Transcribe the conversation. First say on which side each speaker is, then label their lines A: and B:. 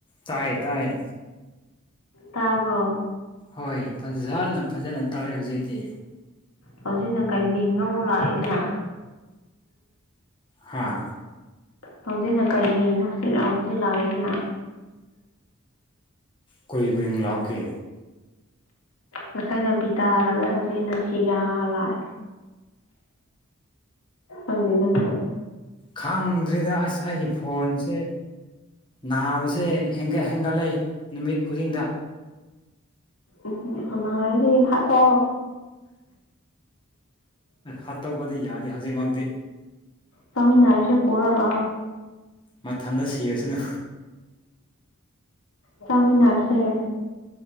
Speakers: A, on the left (about 25°); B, on the left (about 85°).
A: ꯇꯌꯦ ꯇꯌꯦ
B: ꯇꯥꯕ꯭ꯔꯣ
A: ꯍꯣꯏ ꯐꯖꯅ ꯐꯖꯅ ꯇꯥꯔꯦ ꯍꯧꯖꯤꯛꯇꯤ
B: ꯍꯧꯖꯤꯛꯅ ꯀꯩ ꯃꯤꯡꯅꯣ ꯑꯃꯨꯛ ꯂꯥꯛꯏꯁꯤꯅ
A: ꯍꯥꯥ
B: ꯍꯧꯖꯤꯛꯅ ꯀꯩ ꯃꯤꯡꯅꯣ ꯍꯧꯖꯤꯛ ꯂꯥꯛꯑꯣ ꯍꯧꯖꯤꯛ ꯂꯥꯛꯑꯣꯏꯁꯤꯅ
A: ꯀ ꯃꯤ ꯂꯥꯛꯀ
B: ꯉꯁꯥꯏꯅ ꯕꯤꯇꯥꯍꯜꯂꯒ ꯍꯧꯖꯤꯛꯅ ꯁꯤꯂꯥꯂꯥꯛꯑꯦ ꯑꯪꯗꯤ ꯅꯪꯍ
A: ꯈꯪꯗ꯭ꯔꯤꯗ ꯑꯁ ꯑꯩꯒꯤ ꯐꯣꯟꯁꯦ ꯅꯥꯕꯁꯦ ꯍꯦꯟꯒꯠ ꯍꯦꯟꯒꯠꯂꯛꯏ ꯅꯨꯃꯤꯠ ꯈꯨꯗꯤꯡꯗ
B: ꯎ ꯍ ꯍꯥꯠꯇꯣ
A: ꯍꯥꯠꯇꯧꯕꯗꯤ ꯌꯥꯗꯦ ꯍꯧꯖꯤꯛꯃꯛꯇꯤ
B: ꯁꯃꯤ ꯅꯔꯦꯁꯦ ꯄꯔꯂꯥ
A: ꯃꯊꯟꯇ ꯁꯤꯔꯁꯅꯨ
B: ꯆꯃꯤꯅꯔ ꯎꯝ